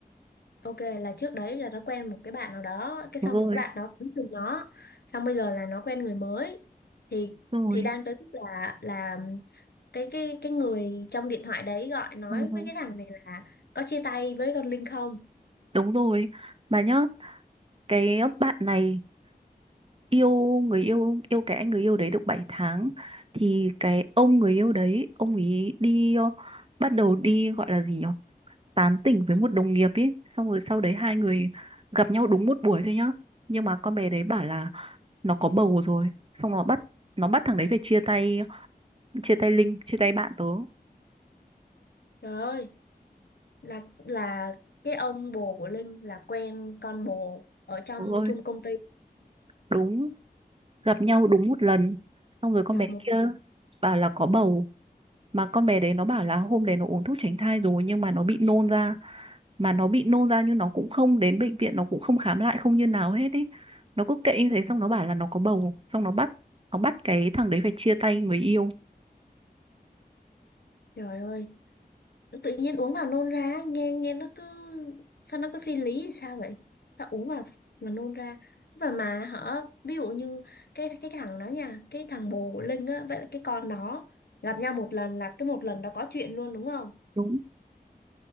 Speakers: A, on the left; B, on the right.
A: Ok là trước đấy là nó quen một cái bạn nào đó cái
B: đúng
A: xong
B: rồi
A: rồi cái bạn đó cũng thương nó xong bây giờ là nó quen người mới thì
B: đúng
A: thì
B: rồi
A: đang tới lúc là là cái cái cái người trong điện thoại đấy gọi nói
B: Ừ.
A: với cái thằng này là có chia tay với con Linh không
B: đúng rồi bà nhớ cái bạn này yêu người yêu yêu cái anh người yêu đấy được bảy tháng thì cái ông người yêu đấy ông ấy đi ờ, bắt đầu đi gọi là gì nhỉ tán tỉnh với một đồng nghiệp ý xong rồi sau đấy hai người gặp nhau đúng một buổi thôi nhá nhưng mà con bé đấy bảo là nó có bầu rồi xong nó bắt nó bắt thằng đấy phải chia tay chia tay Linh chia tay bạn tớ
A: trời ơi là là cái ông bồ của Linh là quen con bồ ở trong
B: ôi
A: chung công ty
B: đúng gặp nhau đúng một lần xong rồi con
A: gặp
B: bé
A: một
B: kia
A: lần
B: bảo là có bầu mà con bé đấy nó bảo là hôm đấy nó uống thuốc tránh thai rồi nhưng mà nó bị nôn ra mà nó bị nôn ra nhưng nó cũng không đến bệnh viện nó cũng không khám lại không như nào hết ý nó cứ kệ như thế xong nó bảo là nó có bầu xong nó bắt nó bắt cái thằng đấy phải chia tay người yêu
A: trời ơi tự nhiên uống vào nôn ra nghe nghe nó cứ sao nó cứ phi lý hay sao vậy sao uống vào mà nôn ra và mà họ ví dụ như cái cái thằng đó nha cái thằng bồ của Linh á vậy là cái con đó gặp nhau một lần là cái một lần đó có chuyện luôn đúng không
B: đúng